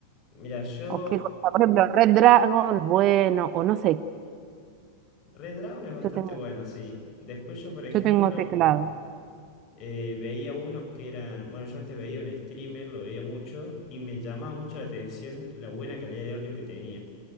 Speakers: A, on the left (about 35°); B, on the right (about 35°).
A: mira, yo
B: ¿O qué cosa? Por ejemplo, Red Dragon, bueno, o no sé,
A: Red Dragon es bastante
B: yo tengo,
A: bueno, sí. Después yo, por ejemplo,
B: yo tengo teclado.
A: eh, veía unos que eran, bueno, yo antes veía un streamer, lo veía mucho, y me llamaba mucho la atención la buena calidad de audio que tenía.